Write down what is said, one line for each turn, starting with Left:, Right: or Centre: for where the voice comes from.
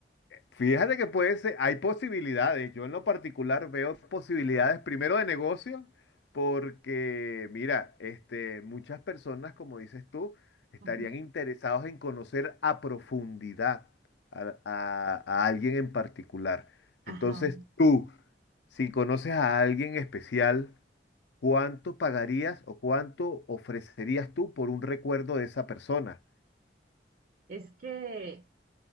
Left: Fíjate que puede ser, hay posibilidades. Yo en lo particular veo posibilidades primero de negocio, porque mira, este, muchas personas, como dices tú, estarían
Right: Ujú,
Left: interesados en conocer a profundidad a, a- a alguien en particular.
Right: Ajá.
Left: Entonces tú, si conoces a alguien especial, ¿cuánto pagarías o cuánto ofrecerías tú por un recuerdo de esa persona?
Right: Es que,